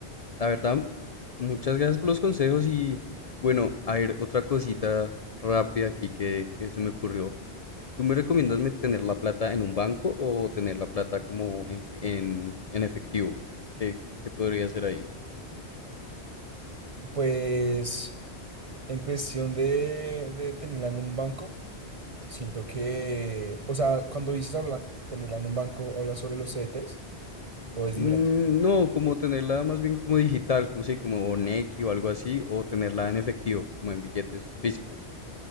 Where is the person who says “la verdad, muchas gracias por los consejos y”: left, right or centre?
Left